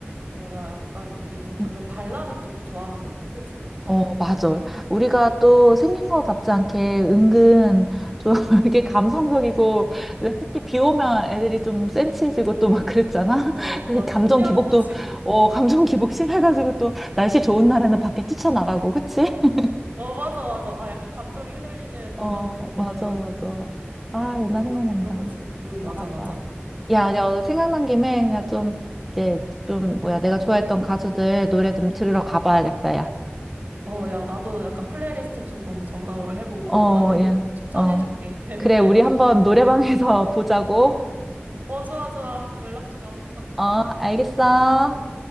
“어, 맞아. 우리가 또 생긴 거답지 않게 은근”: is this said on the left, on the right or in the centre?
Centre